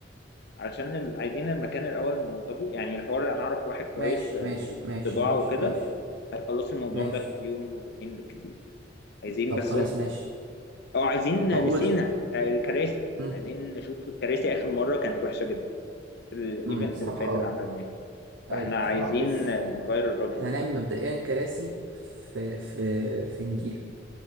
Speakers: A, on the left; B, on the right.
A: عشان ال... عايزين المكان الأول نوضبه يعني الحوار أنا أعرف واحد كويس
B: ماشي
A: في
B: ماشي
A: الطباعة
B: ماشي ماشي
A: وكده
B: ماشي
A: هيخلص الموضوع
B: ماشي
A: ده في يوم يومين بالكتير عايزين
B: طب
A: بس
B: خلاص
A: ن-
B: ماشي
A: اه عايزين
B: طب قول
A: نسينا
B: انت كنت
A: آه، الكراسي
B: امم
A: عايزين نشوف الكراسي آخر مرة كانت وحشة جدا في الإيفنت
B: امم بصراحة
A: اللي فات
B: اه
A: اللي عملناه
B: ايوه
A: فإحنا
B: بصراحة
A: عايزين
B: بص
A: نغير الراجل
B: احنا
A: ده
B: هنعمل مبدئيا كراسي في في في نجيلة